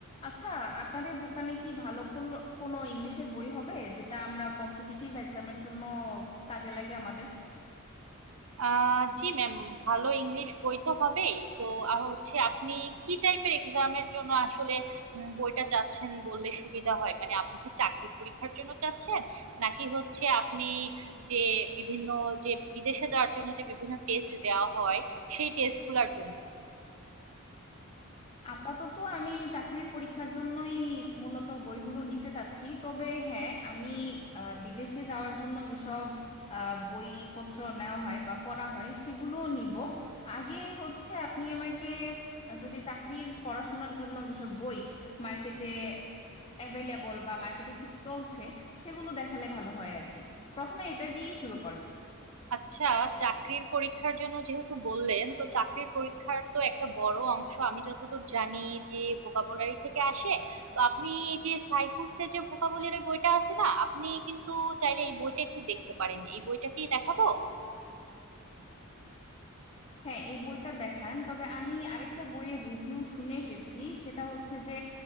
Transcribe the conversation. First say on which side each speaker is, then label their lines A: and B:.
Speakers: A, on the left; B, on the right.
A: আচ্ছা আপনাদের দোকানে কি ভালো কোন- কোনো ইংলিশের বই হবে যেটা আমরা কম্পিটিটিভ এক্সামের জন্য কাজে লাগে আমাদের
B: আহ জি ma'am ভালো English বই তো হবেই তো আহ, হচ্ছে আপনি কি টাইপের এক্সামের জন্য আসলে উম, বইটা চাচ্ছেন বললে সুবিধা হয় মানে আপনি কি চাকরির পরীক্ষার জন্য চাচ্ছেন নাকি হচ্ছে আপনি যে বিভিন্ন যে বিদেশে যাওয়ার জন্য যে বিভিন্ন টেস্ট দেওয়া হয় সেই টেস্ট গুলার জন্য
A: আপাতত আমি চাকরির পরীক্ষার জন্যই মূলত বইগুলো নিতে চাচ্ছি তবে হ্যাঁ আমি আহ, বিদেশে যাওয়ার জন্য যেসব আহ, বইপত্র নেওয়া হয় বা পড়া হয় সেগুলোও নিব আগে হচ্ছে আপনি আমাকে আহ, যদি চাকরির পড়াশোনার জন্য যেসব বই মার্কেটে অ্যাভেলেবল বা মার্কেটে খুব চলছে সেগুলো দেখালে ভালো হয় আর কি প্রথমে এটা দিয়ে শুরু করেন
B: আচ্ছা চাকরির পরীক্ষার জন্য যেহেতু বললেন তো চাকরির পরীক্ষার তো একটা বড় অংশ আমি যতদূর জানি যে ভোকাবুলারি থেকে আসে তো আপনি এই যে সাইফুডসের যে ভোকাবুলারি বইটা আছে না আপনি কিন্তু চাইলে এই বইটা একটু দেখতে পারেন এই বইটা কি দেখাবো
A: হ্যাঁ এই বইটা দেখান তবে আমি আরেকটা বইয়ের রিভিউ শুনে এসেছি সেটা হচ্ছে যে